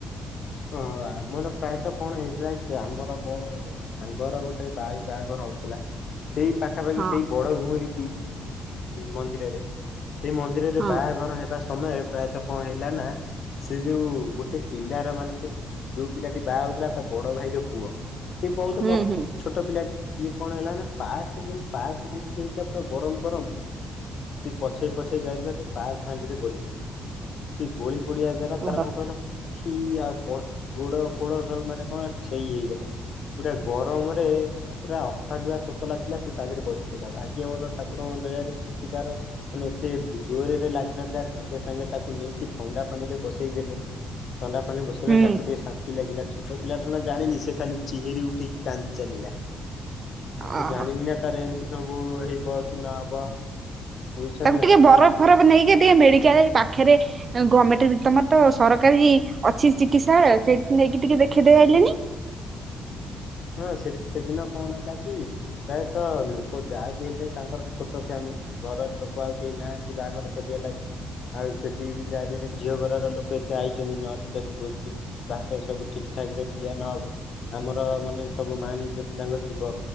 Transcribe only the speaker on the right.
ହଁ
ହଁ
ହୁଁ ହୁଁ
ଓହୋ
ହୁଁ
ଅ
ତାକୁ
ଟିକେ
ବରଫ ଫରଫ ନେଇକି ଟିକେ ମେଡିକାଲ ଏ ପାଖରେ ଗମେଣ୍ଟ ରେ ତମର ତ ସରକାରୀ ଅଛି ଚିକିତ୍ସାଳୟ ସେଇଠି ନେଇକି ଟିକେ ଦେଖେଇଦେ ଆଇଲେନି।